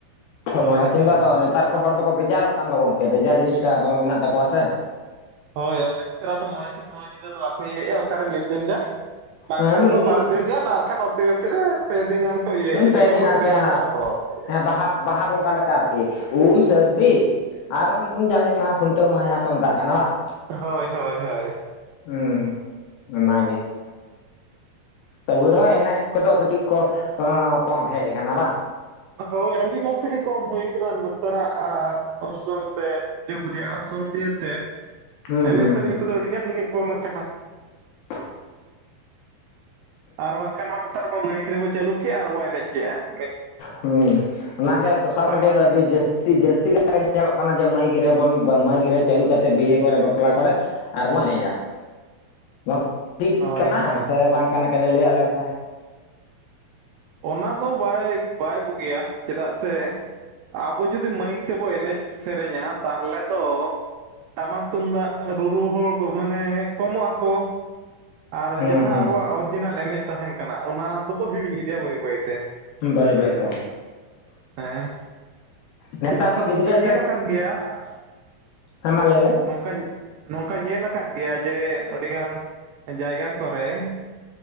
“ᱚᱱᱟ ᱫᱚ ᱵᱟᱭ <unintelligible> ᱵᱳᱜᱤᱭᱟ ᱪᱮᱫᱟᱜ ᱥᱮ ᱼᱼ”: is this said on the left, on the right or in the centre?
Right